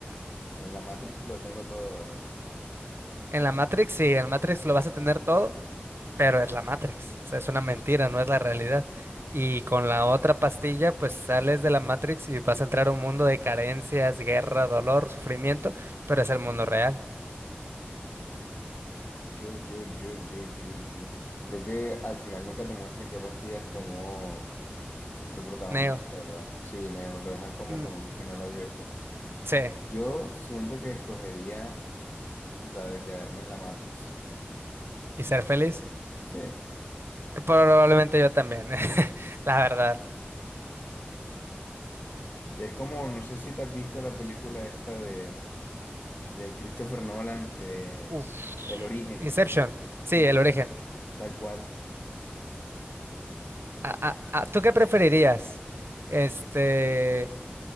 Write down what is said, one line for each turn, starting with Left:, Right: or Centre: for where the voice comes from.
Left: en la Matrix lo tengo todo, ¿verdad?
Right: En la Matrix, sí, en la Matrix lo vas a tener todo pero es la Matrix, o sea, es una mentira, no es la realidad. Y con la otra pastilla, pues sales de la Matrix y vas a entrar a un mundo de carencias, guerra, dolor, sufrimiento, pero es el mundo real.
Left: Yo, yo, yo, yo, yo, yo. Creo que al final nunca te muestran qué pastillas tomó el protagonista,
Right: Neo,
Left: ¿verdad? Sí, Neo, lo dejan como
Right: mm,
Left: con un final abierto.
Right: sí,
Left: Yo siento que escogería la de quedarme en la Matrix.
Right: y ser feliz.
Left: Sí.
Right: Probablemente yo también, <laughs> la verdad.
Left: Es como, no sé si te has visto la película esta de, de Christopher Nolan, eh,
Right: Uf.
Left: El Origen,
Right: Inception, sí,
Left: Inception,
Right: el origen.
Left: tal cual.
Right: Ah, ah, ah, ¿Tú qué preferirías? Este,